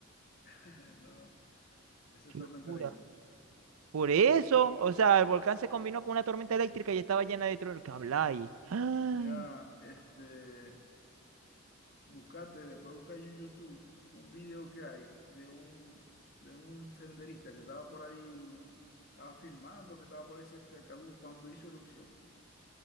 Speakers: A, on the left; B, on the right.
A: <laughs> No, ese
B: Qué
A: tormenta
B: locura.
A: eléctrica.
B: Por eso, o sea, el volcán se combinó con una tormenta eléctrica y estaba llena de truenos. ¿Qué habláis? ¡Ah!
A: Mira, este, buscate, después busca ahí en YouTube un video que hay de un, de un senderista que estaba por ahí, estaba filmando, que estaba por ahí cerca de Cabuco cuando hizo erupción.